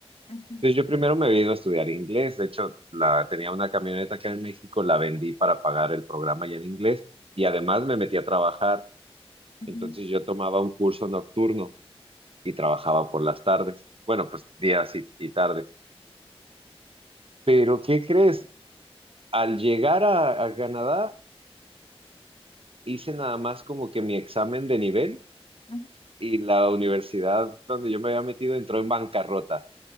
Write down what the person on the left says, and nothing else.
ujú,
ujú,
ujú.